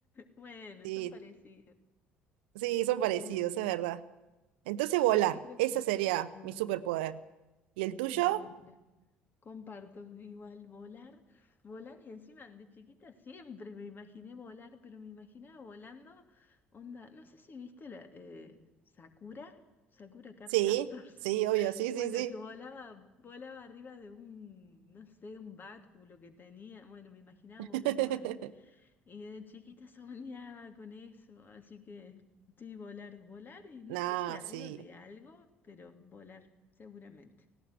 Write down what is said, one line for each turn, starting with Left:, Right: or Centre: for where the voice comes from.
Left: Bueno,
Right: Sí,
Left: son parecidos.
Right: sí, son parecidos,
Left: Eh,
Right: es verdad. Entonces volar,
Left: sí, yo creo
Right: ese
Left: que
Right: sería
Left: volar
Right: mi superpoder. ¿Y el tuyo?
Left: de una. Comparto igual volar, volar y encima de chiquita siempre me imaginé volar, pero me imaginaba volando, onda, no sé si viste la eh, Sakura, Sakura Card
Right: Sí,
Left: Captors.
Right: sí,
Left: <laughs>
Right: obvio, sí,
Left: Bueno,
Right: sí, sí.
Left: que volaba, volaba arriba de un, no sé, de un báculo que tenía. Bueno, me imaginaba
Right: <laughs>
Left: volando ahí. Y de chiquita soñaba con eso, así que sí, volar, volar y no
Right: Nah,
Left: sé si arriba
Right: sí.
Left: de algo, pero volar, seguramente.